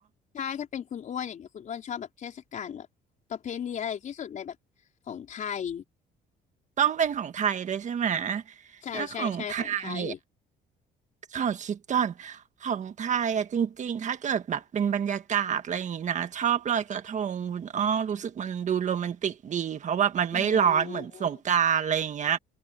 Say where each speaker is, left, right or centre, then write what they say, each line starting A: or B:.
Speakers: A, on the left; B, on the right.
A: ใช่ถ้าเป็นคุณอ้วนอย่างเงี้ยคุณอ้วนชอบแบบเทศกาลแบบประเพณีอะไรที่สุดในแบบของไทย
B: ต้องเป็นของไทยด้วยใช่ไหม
A: ใช่ใช่ใช่ของไทย
B: ถ้าของไทย ขอคิดก่อนของไทยอะจริงๆ ถ้าเกิดแบบเป็นบรรยากาศอะไรอย่างงี้นะชอบลอยกระทงคุณอ้อรู้สึกมันดูโรแมนติกดีเพราะว่ามันไม่ร้อนเหมือนสงกรานต์อะไรอย่างเงี้ย
A: อืม